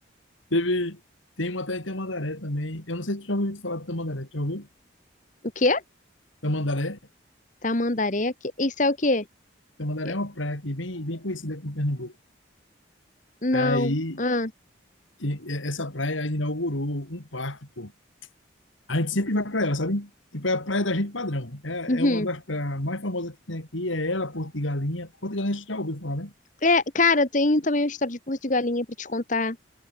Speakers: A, on the left (about 80°); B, on the left (about 40°).
A: Teve, tem uma até em Tamandaré também. Eu não sei se tu já ouviu falar de Tamandaré. Tu Já ouviu?
B: O que
A: Tamandaré?
B: Tamandaré. que- Isso é o quê?
A: Tamandaré
B: Eu-
A: é uma praia aqui, bem, bem conhecida aqui em Pernambuco.
B: Não.
A: Aí,
B: Ah,
A: que- essa praia inaugurou um parque, pô. A gente sempre vai para ela, sabe? Tipo, é a praia da gente padrão. É,
B: uhum.
A: é uma das praias mais famosas que tem aqui, é ela, Porto de Galinha. Porto de Galinha você já ouviu falar, né?
B: É, cara, tem também uma história de curso de galinha pra te contar.